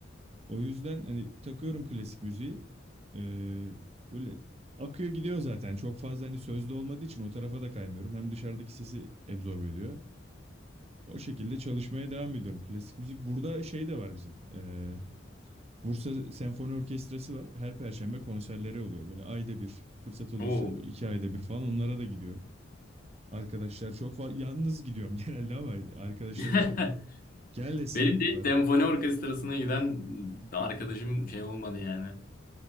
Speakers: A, on the right; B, on the left.
A: O yüzden hani takıyorum klasik müziği. Ee, böyle akıyor gidiyor zaten. Çok fazla hani sözde olmadığı için o tarafa da kaymıyorum. Hem dışarıdaki sesi absorbe ediyor. O şekilde çalışmaya devam ediyorum. Klasik müzik. Burada şey de var bizim. Ee, Bursa Senfoni Orkestrası var. Her perşembe konserleri oluyor. Böyle ayda bir fırsat olursa
B: Oo.
A: böyle iki ayda bir falan onlara da gidiyorum. Arkadaşlar çok fa- yalnız gidiyorum <laughs> genelde ama arkadaşlarım
B: <laughs>
A: o gel de sevmiyorlar.
B: Benim de hiç senfoni orkestrasına giden arkadaşım şey olmadı yani.